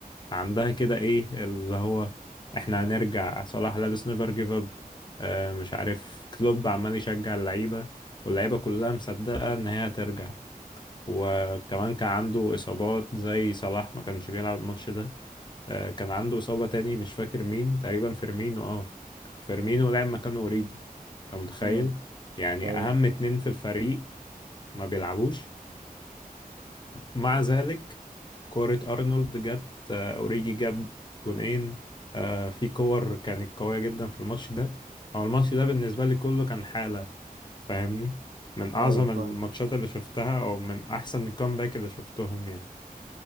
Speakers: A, on the left; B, on the right.
A: عندها كده ايه اللي هو احنا هنرجع صلاح لابس نيفر جيف اب مش عارف كلوب عمال يشجع اللعيبه واللعيبه كلها مصدقه ان هي هترجع وكمان كان عنده اصابات زي صلاح ما كانش بيلعب الماتش ده آه، كان عنده إصابة تاني مش فاكر مين تقريبا فيرمينو اه فيرمينو لعب مكانه أوريجي أنت متخيل
B: امم
A: يعني
B: أيوه
A: أهم اتنين في الفريق ما بيلعبوش ومع ذلك كورة أرنولد جت آه، أوريجي جاب جونين آه، في كور كانت قوية جدا في الماتش ده هو الماتش ده بالنسبة لي كله كان حالة فاهمني من أعظم
B: أيوه فاهمة
A: الماتشات اللي شفتها أو من أحسن الكامباك اللي شفتهم يعني